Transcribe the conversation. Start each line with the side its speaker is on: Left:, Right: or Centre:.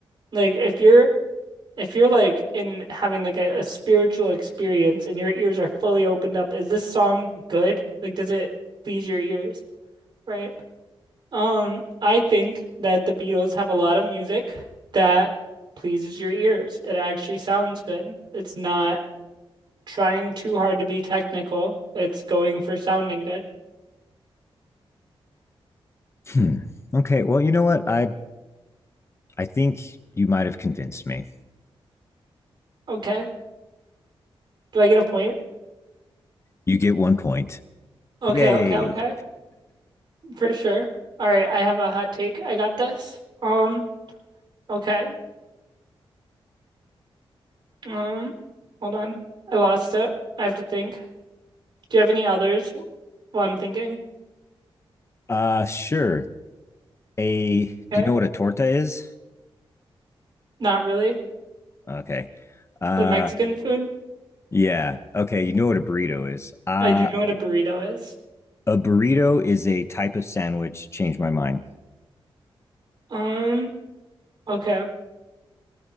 Right: Like if you're if you're like in having like a, a spiritual experience and your ears are fully opened up, is this song good? Like does it please your ears? Right? Um, I think that the Beatles have a lot of music that pleases your ears. It actually sounds good. It's not trying too hard to be technical. It's going for sounding good.
Left: Hmm. Okay. Well, you know what? I I think you might have convinced me.
Right: Okay. Do I get a point?
Left: You get one point.
Right: Okay,
Left: Yay.
Right: okay, okay. For sure. All right, I have a hot take. I got this. Um, okay. Um, hold on. I lost it. I have to think. Do you have any others while I'm thinking?
Left: <laughs> uh sure. A
Right: Okay.
Left: do you know what a torta is?
Right: Not really.
Left: Okay. Uh
Right: The Mexican food?
Left: yeah. Okay, you know what a burrito is. Uh
Right: I do know what a burrito is.
Left: a burrito is a type of sandwich. Change my mind.
Right: Um, okay.